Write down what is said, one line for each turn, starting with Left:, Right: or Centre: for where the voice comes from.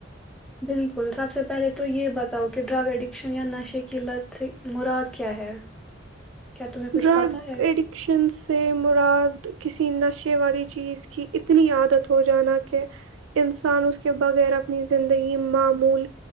Centre: بالکل سب سے پہلے تو یہ بتاؤ کہ ڈرگ ایڈکشن یا نشے کی لت سے مراد کیا ہے کیا تمہیں کچھ
Right: ڈرگ
Centre: پتہ ہے
Right: ایڈکشن سے مراد کسی نشے والی چیز کی اتنی عادت ہو جانا کہ انسان اس کے بغیر اپنی زندگی معمول